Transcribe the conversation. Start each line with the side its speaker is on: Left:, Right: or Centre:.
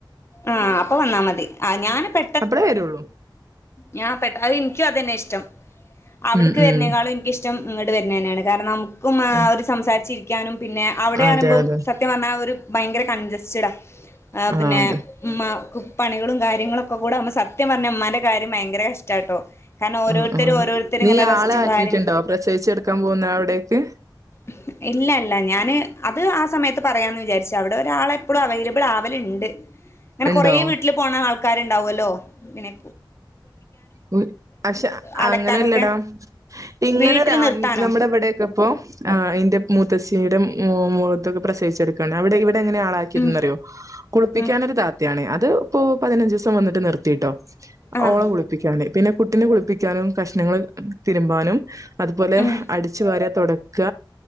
Left: ആഹ് അപ്പൊ വന്നാ മതി ആ ഞാൻ പെ
Right: അപ്പളേ വരുള്ളൂ
Left: ഞാൻ പെട്ടത് അത് ഇൻക്കും അത് തന്നെ ഇഷ്ടം അവട്ക്ക്
Right: ഉം ഉം
Left: വര്ന്നേക്കാളും എനിക്കിഷ്ടം ഇങ്ങട് വരുന്നന്നെയാണ് കാരണം നമുക്കും അവര്
Right: ഉം.
Left: സംസാരിച്ചിരിക്കാനും പിന്നെ അവിടേറിയുമ്പം
Right: അതെ അതെ
Left: സത്യം സത്യം പറഞ്ഞാൽ അത് ഒരു ഭയങ്കര കൺജസ്റ്റഡാ ആഹ്
Right: ആ
Left: പിന്നെ
Right: അതെ
Left: ഉമ്മാക്ക് പണികളും കാര്യങ്ങളൊക്കെ കൂടെകുമ്പോഴേക്കും സത്യം പറഞ്ഞ ഉമ്മാന്റെ കാര്യം ഭയങ്കര കഷ്ടാട്ടോ കാരണം ഓരോരുത്തരും
Right: ഉം ഉം
Left: ഓരോരുത്തരും
Right: നീ
Left: ഇങ്ങനെ റെസ്റ്റും
Right: ആളെ ആക്കിയിട്ടുണ്ടോ
Left: കാര്യം
Right: പ്രസവിച്ച് കെട്ക്കാൻ പോകുന്ന അവിടേക്ക്
Left: ഉ ഇല്ല ഇല്ല ഞാന് അത് ആ സമയത്ത് പറയാമന്ന് വിചാരിച് അവടെ ഒരാളെപ്പളും അവൈലബിൾ ആവല്ണ്ട് ഇങ്ങനെ
Right: ഉണ്ടോ
Left: കൊറെ വീട്ടില് പോണ ആൾക്കാര്ണ്ടാവോല്ലോ ഇനെ
Right: ഒ പക്ഷെ
Left: അലക്കാനൊക്കെ
Right: അങ്ങനല്ലെടാ ഇങ്ങനെ
Left: വീട്ടിൽ
Right: രാ
Left: നിർത്താനോ
Right: നമ്മുടെ ഇവടെക്കെ അപ്പോ ആ അയിന്റെ മൂത്തച്ചിയുടെ മൂ മൂത്തത് പ്രസവിച്ചട്ക്കാണ് അവടെ ഇവടെ അങ്ങനെ ആളാ
Left: ഉം
Right: ന്നറിയോ കുൾപ്പിക്കാനൊരു
Left: ഉം
Right: താത്താണ് അത് ഇപ്പോ പതിനഞ്ച് ദിവസം വന്ന്ട്ട് നിർത്തിട്ടോ
Left: ആഹ്
Right: ഓള കുളിപ്പിക്കാന് പിന്നെ കുട്ടിനെ കുളിപ്പിക്കാനും കഷ്ണങ്ങള് തിരുമ്പാനും അതുപോലെ
Left: ഉം
Right: അടിച്ചു വാര തൊടക്ക